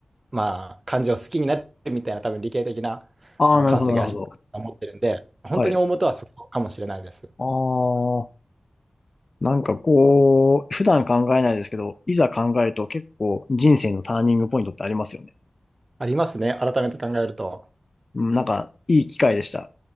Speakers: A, on the right; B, on the left.
A: まあ、漢字を好きになるみたいな、多分理系的な、
B: ああ、
A: あの、
B: なるほど、
A: 感性が養ってると思ってるんで、
B: なるほど。
A: 本当に大元はそこかもしれないです。
B: はい。ああ、なんかこう、普段考えないですけど、いざ考えると結構人生のターニングポイントってありますよね。
A: ありますね、改めて考えると。
B: うんなんか、いい機会でした。